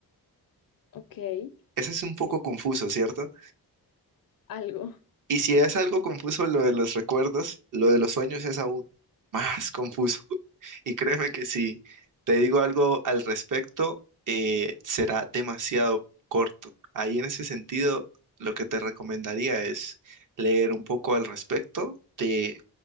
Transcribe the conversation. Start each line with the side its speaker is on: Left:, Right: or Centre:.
Left: ok,
Right: Ese es un
Left: sí,
Right: poco confuso, ¿cierto?
Left: algo,
Right: Y si es algo confuso lo de los recuerdos, lo de los sueños es aún más confuso. <laughs> Y créeme que si te digo algo al respecto, eh, será demasiado corto. Ahí en ese sentido, lo que te recomendaría es leer un poco al respecto de